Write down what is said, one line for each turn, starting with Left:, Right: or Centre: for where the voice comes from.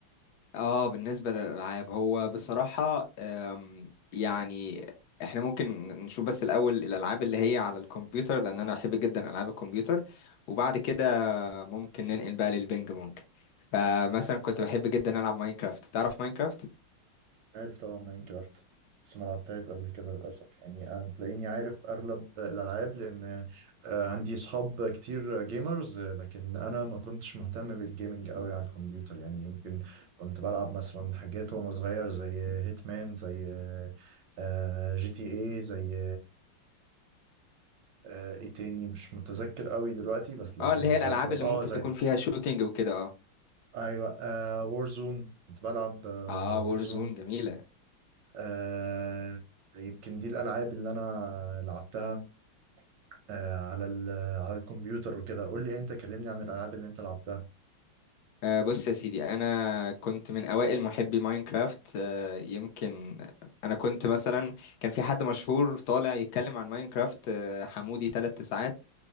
Left: اه بالنسبة للألعاب هو بصراحة أم، يعني احنا ممكن نشوف بس الأول الألعاب اللي هي على الكمبيوتر لأن أنا بحب جدا ألعاب الكمبيوتر وبعد كده ممكن ننقل بقى للبينج بونج فمثلا كنت بحب جدا ألعب ماينكرافت تعرف ماينكرافت؟
Right: عارف طبعا ماين كرافت بس ما لعبتهاش قبل كده للاسف يعني انا تلاقيني عارف اغلب الالعاب لان آه، عندي اصحاب كتير جيمرز لكن انا ما كنتش مهتم بالجيمنج قوي على الكمبيوتر يعني يمكن كنت بلعب مثلا حاجات وانا صغير زي هيتمان زي آه، جي تي اي زي آه، ايه تاني مش متذكر قوي دلوقتي بس لكن
Left: اه اللي هي
Right: بطلب
Left: الألعاب اللي
Right: اه
Left: ممكن
Right: زي
Left: تكون فيها شوتينج وكده اه
Right: ايوه وورزون كنت بلعب وورزون
Left: اه وورزون جميلة
Right: آه يمكن دي الألعاب اللي أنا لعبتها آه على ال- على الكمبيوتر وكده قول لي أنت كلمني عن الألعاب اللي أنت لعبتها
Left: آه، بص يا سيدي انا كنت من اوائل محبي ماينكرافت آه، يمكن انا كنت مثلا كان في حد مشهور طالع يتكلم عن ماينكرافت آه، حمودي ثلاث تسعات